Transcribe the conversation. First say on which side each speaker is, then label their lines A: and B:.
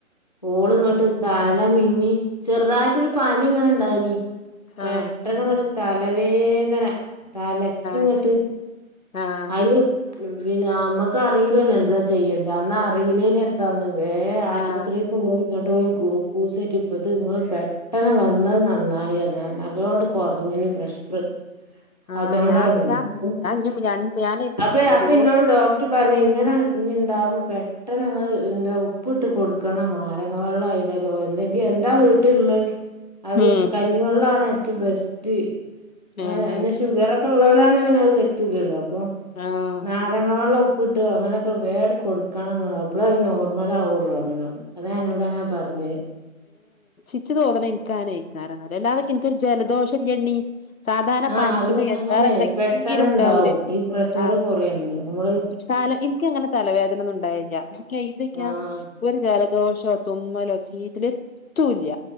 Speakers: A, on the left; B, on the left.
A: പോൾ
B: ആഹ്
A: ഇങ്ങോട്ട് സ്ഥല നീ ചെറുതായിട്ടൊരു പനി ഇങ്ങനെ ഇണ്ടായിനി പെട്ടെന്ന്
B: ആഹ്
A: അങ്ങട് തലവേദന തലെക്ക്
B: ആഹ്
A: ഇങ്ങട്ട്
B: ആഹ്
A: അത് പിന്നെ നമ്മക്ക് അറിയില്ലല്ലോ എന്താ ചെയ്യണ്ടേ അന്ന് അറിയിന്നെൻ എത്താന്ന് വേ ആസ്
B: ആഹ്
A: പത്രി കൊണ്ട് പോയിക്കാണും ഗ്ലുക്കോസ് കെറ്റിപ്പോ ഇത് ഇങ്ങള് പെട്ടനെ വന്നത് നന്നായി അല്ലെ നല്ലോണ്ണം കൊറഞ്ഞിനി പ്രേഷ പ്ര
B: ആഹ്
A: അതു <unintelligible>
B: ഞാൻ ഞാൻ ഞാൻ ഇഞ്ഞ് രണ്ട് ഞാന്
A: അപ്പ അപ്പൊ
B: ചോറ്
A: ഇന്നോട് ഡോക് പറഞ്ഞ് ഇങ്ങനെ ഇൻയി ഇണ്ടാവുമ്പോ പെട്ടെന്ന് ഇങ്ങള് എന്താ ഉപ്പിട്ട് കൊടുക്ക ക്കണം നാരങ്ങ വള്ളം ഇടലോ എന്തെങ്കി എന്താ വീട്ടില്ള്ളെ അത്
B: ഉം
A: കഞ്ഞിവെള്ളാണ് ഏ റ്റോം ബെസ്റ്റ് ആ
B: ഏഹ്
A: എന്നെ ഷുഗറോ കൊള്ളോലാണെ പിന്നെ അത് പറ്റുല്ലല്ലോ അപ്പോ
B: ആഹ്
A: നാരങ്ങ വെള്ളം ഉ പ്പിട്ടോ അങ്ങനെയൊക്കെ വേട് കൊടുക്കണം ഇങ്ങള് അപ്പള അത് നോർമല ആവുള്ളൂ പറഞ്ഞു ഇനോട് അതനോട് അങ്ങനെ പറഞ്ഞ്
B: ഇച്ച് തോന്ന്ണേ ഇനിക്ക് അങ്ങനെ എയ്കരംന്ന അല്ലാതെ എനിക്ക് <inaudible> ഇൻക്ക് ഒരു ജലദോഷം ഇല്ലണ്ണി സാധാരണ
A: ആഹ്
B: പനിച്ചുമ്പേ
A: അത് അങ്ങനെ
B: വേറെ എത്തങ്കിലും
A: പെട്ടെന്ന്
B: ഉണ്ടാവൂലേ
A: ഇണ്ടാവും ഈ പ്രഷർ
B: ആ
A: കൊറയങ്ങ് നമ്മള്
B: തല എനിക്കങ്ങനെ തലവേദന ഒന്നും ഉണ്ടായില്ല ഇതൊക്കെയ
A: ആഹ്
B: ജല ദോശ <unintelligible> തുമ്മലോ ചീത്തലേ എത്തുല്ല